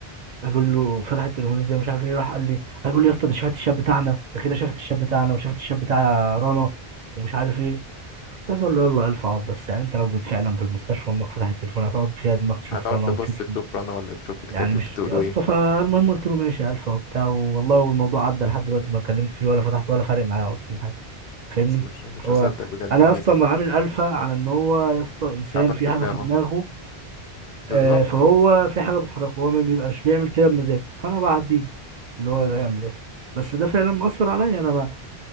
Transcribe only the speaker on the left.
هتقعد
تبص
تشوف رنا ولا تشوف بتكلم
بتقولوا
ايه
بس مش مش
مصدق بجد
حاجة
زي
دي
تعبان
في
دماغه
بالظبط
مم.